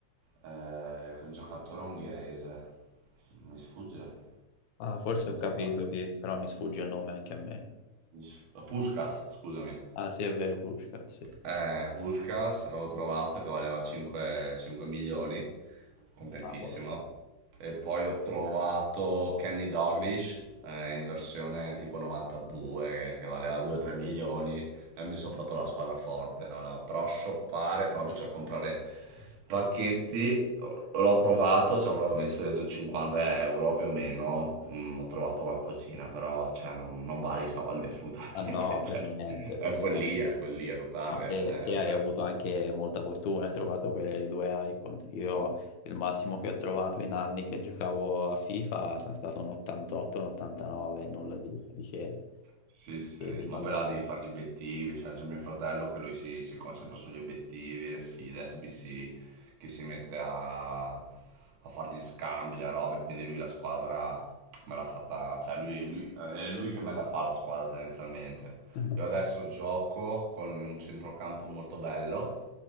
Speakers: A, on the right (about 80°); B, on the left (about 75°).
A: eh, quel giocatore ungherese, mi sfugge.
B: Ah, forse ho capito
A: Da-
B: chi, però mi sfugge il nome anche a me.
A: mi sf- Puskás, scusami.
B: Ah sì, è vero, Pushka, sì.
A: Eh, Puskás avevo trovato che valeva 5, 5 milioni, contentissimo.
B: Cavolo.
A: E poi ho trovato Kenny Doglish eh, in versione tipo 92 che, che valeva 2-3 milioni e mi sono fatto la squadra forte, no, no, però shoppare proprio, cioè comprare pacchetti, l'ho provato, ci avrò messo dentro 50 euro più o meno, mm, ho trovato qualcosina, però cioè, non, non vale i soldi assolutamente,
B: Ah no,
A: <laughs> cioè,
B: per niente, per
A: è
B: niente.
A: follia, è follia totale,
B: Ma te,
A: eh,
B: te
A: vabbè.
B: hai avuto anche molta fortuna, hai trovato quelle due icon. Io il massimo che ho trovato in anni che giocavo a FIFA sono stato un 88, un 89, nulla di, di che,
A: Sì, sì,
B: di, di valore.
A: ma poi là devi fare gli obiettivi, cioè c'è mio fratello che lui si, si concentra sugli obiettivi, le sfide SBC, che si mette a, a fare gli scambi, le robe, quindi lui la squadra me l'ha fatta, cioè lui, lui- è lui che me la fa la squadra tendenzialmente.
B: <laughs>
A: Io adesso gioco con un centrocampo molto bello,